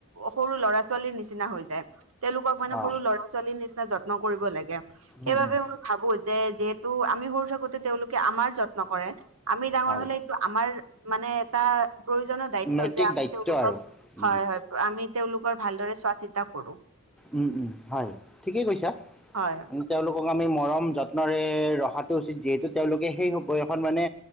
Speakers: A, on the right; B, in the centre.
A: সৰু ল'ৰা ছোৱালীৰ নিচিনা হৈ যায়, তেওঁলোকক মানে
B: অ
A: সৰু ল'ৰা ছোৱালীৰ নিচিনা যত্ন কৰিব লাগে। সেইবাবে
B: উম উম
A: মই ভাবো যে যিহেতুু আমি সৰু থাকোতে তেওঁলোকে আমাৰ যত্ন কৰে আমি ডাঙৰ
B: হয়
A: হ'লে এইটো আমাৰ মানে এটা প্ৰয়োজনত দায়িত্ব
B: নৈতিক
A: যে আমি
B: দায়িত্ব
A: তেওঁলোকক
B: আৰু উম
A: হয় হয়, আমি তেওঁলোকৰ ভালদৰে চোৱা চিতা কৰো।
B: উম উম হয় ঠিকেই কৈছা।
A: হয়।
B: তেওঁলোকক আমি মৰম যত্নৰে ৰখাটো উচিত যিহেতু তেওঁলোকে সেই বয়সত মানে